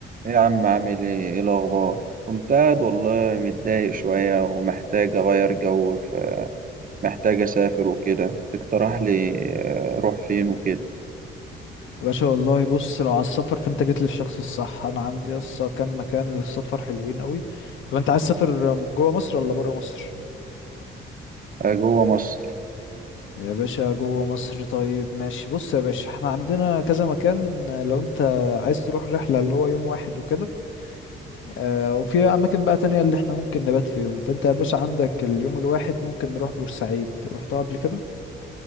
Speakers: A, on the right; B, on the left.
A: إيه يا عم عامل ايه ايه الاخبار كنت قاعد والله متضايق شوية ومحتاج اغير جو فمحتاج اسافر وكده تقترح لي آه، اروح فين وكده
B: باشا والله بص لو على السفر فانت جيت للشخص الصح انا عندي يسطا كام مكان للسفر حلوين قوي طب انت عايز تسافر جوه مصر ولا بره مصر
A: آه، جوه مصر
B: يا باشا جوه مصر طيب ماشي بص يا باشا احنا عندنا كذا مكان لو انت عايز تروح رحلة اللي هو يوم واحد وكده اه وفي اماكن بقى تانية اللي احنا ممكن نبات فيهم فانت يا باشا عندك اليوم الواحد ممكن نروح بورسعيد رحتها قبل كده